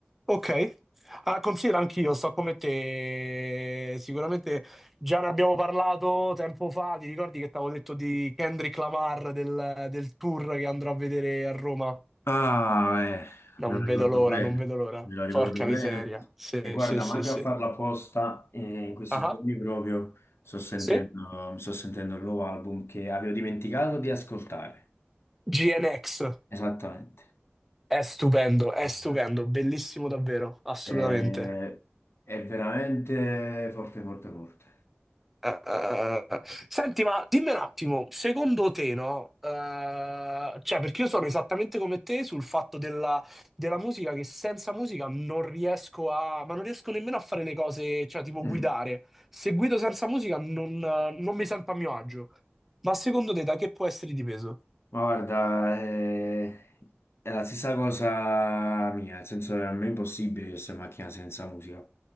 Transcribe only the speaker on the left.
Ah, eh, me
lo ricordo
bene,
me lo ricordo
bene.
E guarda,
manca
a farla apposta, eh, in questi
giorni proprio sto sentendo,
mi sto sentendo il nuovo album che avevo dimenticato di ascoltare.
Esattamente.
Eh,
Eh, è veramente forte, forte, forte.
Mm.
Ma guarda, eh, è la stessa cosa mia, nel senso che a me è impossibile io stare in macchina senza musica.